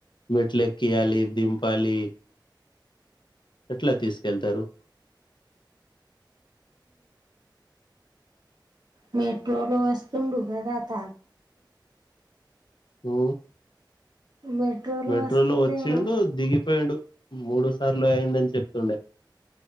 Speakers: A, on the left; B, on the right.
A: మిట్లేక్కియాలి దింపాలి ఎట్లా తీసుకెళ్తారు
B: మెట్రోలో వస్తు బద అత
A: ఆ
B: మెట్రోలో
A: మెట్రో
B: వస్తుండేమో
A: లో వచ్చిండు దిగి చెప్పేడు మూడు సార్లు అయిందని చెప్తుండే